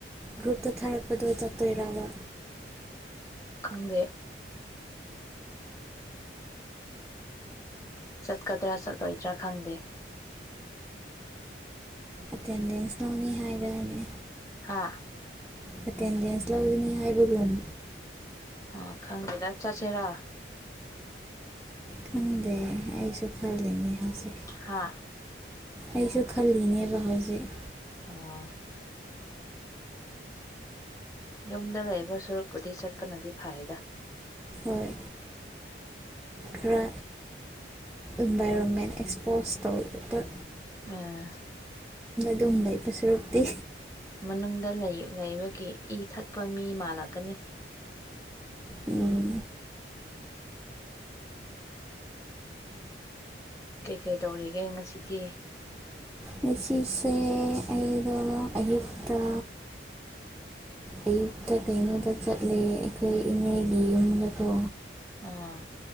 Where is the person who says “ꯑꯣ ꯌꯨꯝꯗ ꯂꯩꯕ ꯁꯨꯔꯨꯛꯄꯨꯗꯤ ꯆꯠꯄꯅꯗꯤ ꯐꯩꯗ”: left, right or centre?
Left